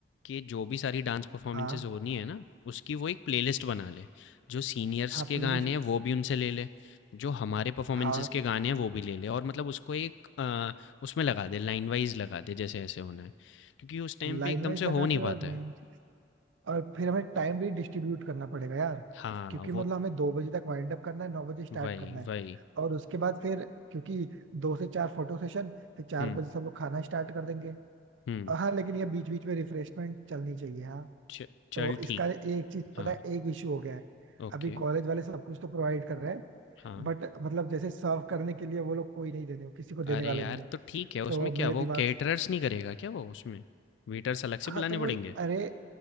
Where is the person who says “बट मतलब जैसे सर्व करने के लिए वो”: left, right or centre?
Right